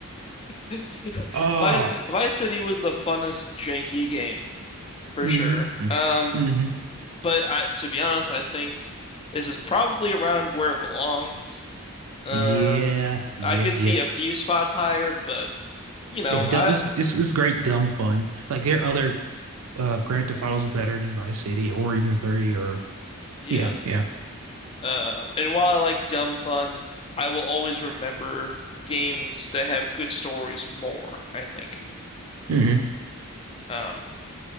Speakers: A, on the left; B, on the right.
A: <laughs>
B: Ah,
A: Vice Vice City was the funnest janky game for
B: mm-hmm.
A: sure. Um
B: Mm-hmm.
A: But I, to be honest, I think this is probably around where it belongs. Uh,
B: Yeah, yeah,
A: I could see
B: yeah.
A: a few spots higher, but you know,
B: Yeah, dumb,
A: I
B: it's, it's it's great dumb fun. Like there are other uh Grand Theft Autos better than Vice City or even 3 or
A: yeah.
B: yeah, yeah.
A: Uh, and while I like dumb fun, I will always remember games that have good stories more, I think.
B: Mm-hmm.
A: Um,